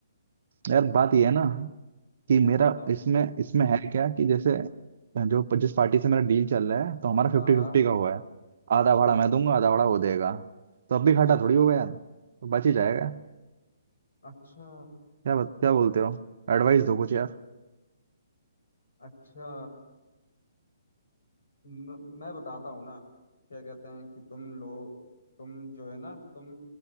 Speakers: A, on the right; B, on the left.
A: यार बात ये है ना कि
B: हाँ
A: मेरा
B: बताओ
A: इसमें इसमें है क्या कि जैसे जो जिस पार्टी से मेरा डील चल रहा है तो हमारा फिफ्टी
B: हाँ
A: फिफ्टी का हुआ है
B: अच्छा
A: आधा भाड़ा मैं दूंगा आधा भाड़ा वो देगा तो अब
B: अच्छा
A: भी घाटा थोड़ी होगा यार तो बच ही जाएगा
B: अच्छा
A: क्या बत- क्या बोलते हो एडवाइस दो कुछ यार
B: अच्छा म, मैं बताता हूँ ना क्या कहते हैं कि तुम लोग तुम जो है ना तुम